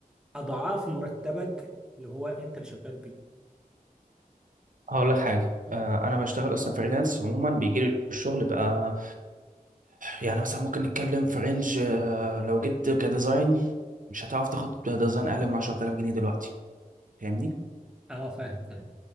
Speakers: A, in the centre; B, on the right (about 60°).
A: اضعاف مرتبك اللي هو انت اللي شغال بيه
B: هقول لك حاجة آه انا بشتغل اصلا فريلانس عموما بيجي لي الشغل بقى يعني مثلا ممكن نتكلم في رينج آه لو جيت كديزاين مش هتعرف تاخد ديزاين اقل من 10000 جنيه دلوقتي فاهمني
A: اه فاهم فاهم